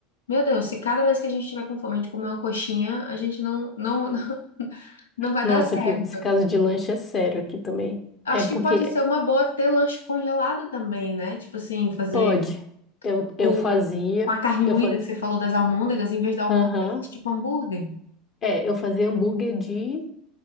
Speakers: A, on the left (about 80°); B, on the left (about 35°).
A: meu Deus, se cada vez que a gente tiver com fome de comer uma coxinha, a gente não, não, <laughs> não vai
B: nossa,
A: dar certo.
B: aqui, esse caso de lanche é sério aqui também.
A: Acho
B: É porque
A: que pode ser uma boa ter lanche congelado também, né? Tipo assim, fazer
B: Pode. Eu,
A: tipo,
B: eu fazia,
A: com a carne
B: eu
A: moída
B: fazia,
A: que você falou das almôndegas, em vez da almôndega,
B: aham.
A: faz tipo hambúrguer.
B: É, eu fazia hambúrguer de